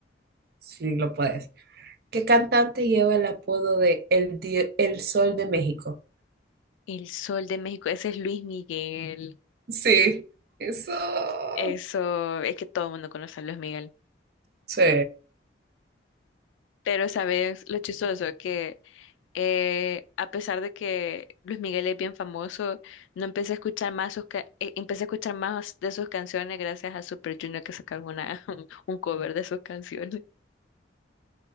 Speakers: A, on the right; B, on the left.
A: si lo puedes. ¿Qué cantante lleva el apodo de El, Di- el Sol de México?
B: El Sol de México, ese es Luis Miguel.
A: Sí, eso.
B: Eso, es que todo el mundo conoce a Luis Miguel.
A: Sí.
B: Pero sabes lo chistoso que eh, a pesar de que Luis Miguel es bien famoso, no empecé a escuchar más sus ca- eh, empecé a escuchar más de sus canciones gracias a Super Junior que sacaron una, <laughs> un cover de sus canciones.